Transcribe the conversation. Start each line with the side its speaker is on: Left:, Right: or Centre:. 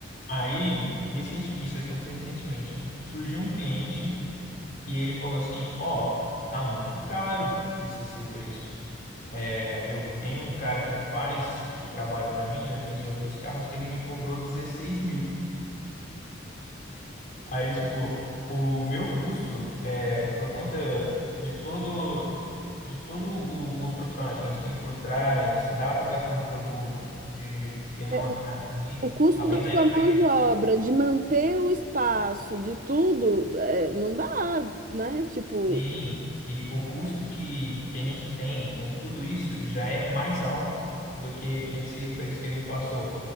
Left: Aí, recente, isso aconteceu recentemente ainda. Surgiu um cliente que ele falou assim: Ó, tá muito caro esse seu preço. É, eu tenho um cara que faz esse tipo de trabalho pra mim, já fiz em outros carros, que ele me cobrou dezesseis mil. Aí, tipo, o meu custo, é, por conta de todo, de, de todo o- os profissionais que a gente tem por trás, da aplicação do produto, de que não,
Right: É,
Left: a- a- além,
Right: O custo
Left: além
Right: da
Left: da
Right: sua
Left: empresa,
Right: mão de obra, de manter o espaço, de tudo, é, não dá, né? Tipo,
Left: sim, e o custo que, que a gente tem com tudo isso já é mais alto do que esse preço que ele me passou.